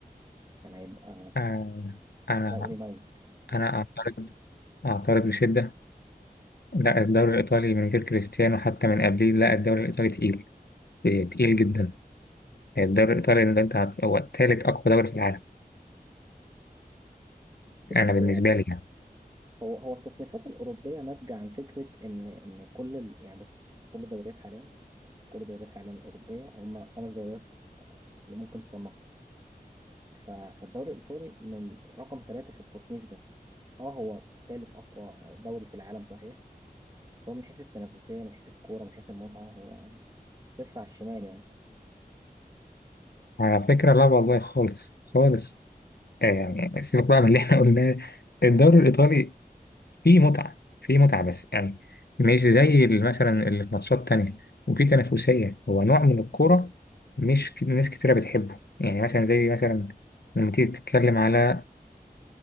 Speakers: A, on the right; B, on the left.
A: كان هيبقى
B: آه أنا
A: دوري ميت
B: أنا أعترض أعترض بشدة لا الدوري الإيطالي من غير كريستيانو حتى من قبليه لا الدوري الإيطالي تقيل إيه، تقيل جدا الدوري الإيطالي اللي أنت هت... هو تالت أقوى دوري في العالم
A: بس
B: أنا بالنسبة لي يعني
A: هو هو التصنيفات الاوروبيه ناتجه عن فكره ان ان كل ال... يعني بص كل الدوريات حاليا كل الدوريات حاليا الأوروبية هم خمس دوريات اللي ممكن تصنفهم ف- فالدوري الإيطالي من رقم ثلاثة في التصنيف ده اه هو ثالث أقوى دوري في العالم صحيح بس هو من حيث التنافسية من حيث الكورة من حيث المتعة هو صفر على الشمال يعني
B: على فكرة لا والله خالص خالص آه، يعني سيبك بقى من اللي إحنا قلناه الدوري الإيطالي فيه متعة فيه متعة بس يعني مش زي ال- مثلا اللي في ماتشات تانية وفيه تنافسية هو نوع من الكورة مش ك- ناس كتيرة بتحبه يعني مثلا زي مثلا لما تيجي تتكلم على